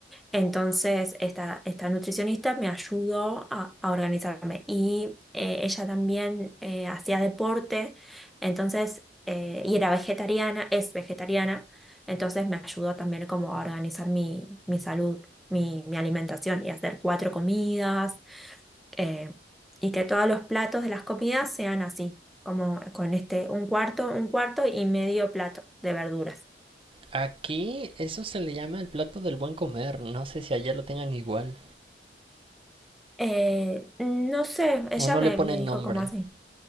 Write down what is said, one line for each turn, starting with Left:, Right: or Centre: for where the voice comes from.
Centre: Entonces, esta, esta nutricionista me ayudó a, a organizarme y eh, ella también eh, hacía deporte, entonces, eh, y era vegetariana, es vegetariana, entonces me ayudó también como a organizar mi, mi salud, mi, mi alimentación y hacer cuatro comidas eh, y que todos los platos de las comidas sean así, como con este, un cuarto, un cuarto y medio plato de verduras.
Right: Aquí eso se le llama el plato del buen comer. No sé si allá lo tengan igual.
Centre: Eh, no sé, ella
Right: O no
Centre: me,
Right: le ponen
Centre: me dijo
Right: nombre.
Centre: como así.